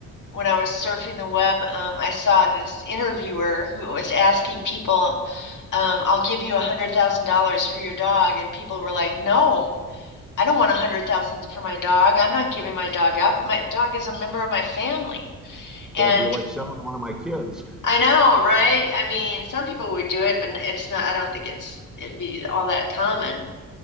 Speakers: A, on the left; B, in the centre.
A: when I was surfing the web, um, I saw this interviewer who was asking people, um, I'll give you a hundred thousand dollars for your dog. And people were like, No, I don't want a hundred thousand for my dog. I'm not giving my dog up. My dog is a member of my family. And
B: That'd be like selling one of my kids. <laughs>
A: I know, right? I mean, some people would do it, but it's not, I don't think it's, it'd be all that common.